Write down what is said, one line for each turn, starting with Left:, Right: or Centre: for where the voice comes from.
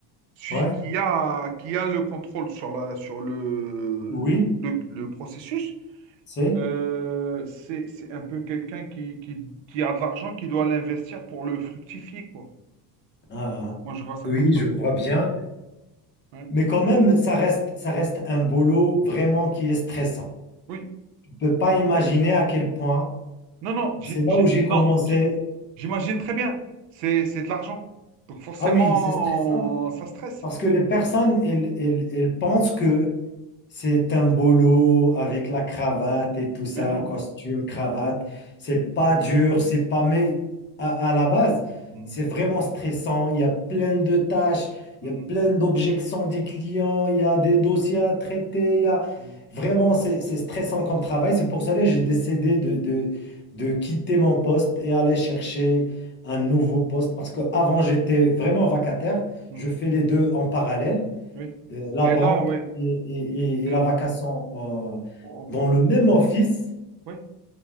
Right: celui
Left: Ouais,
Right: qui a, qui a le contrôle sur la, sur le,
Left: oui,
Right: le, le processus,
Left: c'est.
Right: euh, c'est, c'est un peu quelqu'un qui, qui, qui a de l'argent, qui doit l'investir pour le fructifier, quoi.
Left: Ah,
Right: Moi, je vois ça
Left: oui,
Right: comme ça.
Left: je vois bien.
Right: Ouais.
Left: Mais quand même, ça reste, ça reste un boulot vraiment qui est stressant.
Right: Oui.
Left: On ne peut pas imaginer à quel point.
Right: Non, non, j'ai-
Left: C'est là
Right: j'ai-
Left: où j'ai
Right: non,
Left: commencé.
Right: j'ai- j'imagine très bien. C'est, c'est de l'argent. Donc forcément,
Left: Ah oui, c'est stressant
Right: ça stresse.
Left: Parce que les personnes, elles, elles- elles pensent que c'est un boulot avec la cravate et tout ça,
Right: Mais non.
Left: le costume, cravate. C'est pas dur, c'est pas... Mais à, à la base,
Right: Mhm,
Left: c'est vraiment stressant. Il y a plein de tâches,
Right: mhm,
Left: il y a plein d'objections des clients, il y a des dossiers à traiter, il y a...
Right: mhm,
Left: Vraiment, c'est, c'est stressant comme travail. C'est pour cela que j'ai décidé de, de, de quitter mon poste et aller chercher un nouveau poste parce qu'avant, j'étais vraiment vacataire.
Right: mhm,
Left: Je
Right: mhm.
Left: fais les deux en parallèle,
Right: Oui.
Left: euh, la
Right: Et
Left: banque
Right: là, oui.
Left: et, et-
Right: Et
Left: et- et la vacation euh,
Right: au au
Left: dans
Right: prof,
Left: le même office.
Right: oui.